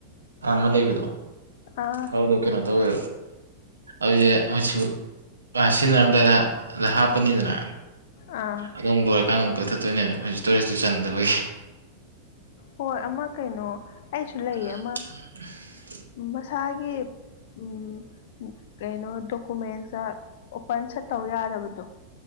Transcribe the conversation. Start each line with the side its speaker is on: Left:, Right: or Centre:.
Right: ꯑꯥ ꯑꯃ ꯂꯩꯕꯗꯣ
Left: ꯑꯥ
Right: ꯑꯗꯨꯗꯣ ꯀꯩꯅꯣ ꯇꯧꯋꯦ ꯑꯗꯨꯁꯦ ꯍꯧꯖꯤꯛꯁꯨ ꯁꯤꯖꯤꯟꯅꯔꯝꯗꯥꯏꯗ ꯍꯥꯞ ꯄꯅꯤꯗꯅ
Left: ꯑꯥ
Right: ꯑꯗꯝ ꯂꯣꯏꯔꯀꯥꯟꯗ ꯑꯃꯛꯊꯠꯇꯣꯏꯅꯦꯕ ꯍꯧꯖꯤꯛ ꯏꯇꯣꯔꯤꯁꯇꯨ ꯆꯟꯗꯕꯒꯤ
Left: ꯍꯣꯏ ꯑꯃ ꯀꯩꯅꯣ ꯑꯩꯁꯨ
Right: ꯑꯝ
Left: ꯂꯩꯌꯦ ꯑꯃ
Right: ꯎꯝ
Left: ꯃꯁꯥꯒꯤ ꯎꯝ ꯀꯩꯅꯣ ꯗꯣꯀꯨꯃꯦꯟꯁꯇ ꯑꯣꯄꯟ ꯁꯠꯇꯧ ꯌꯥꯗꯕꯗꯣ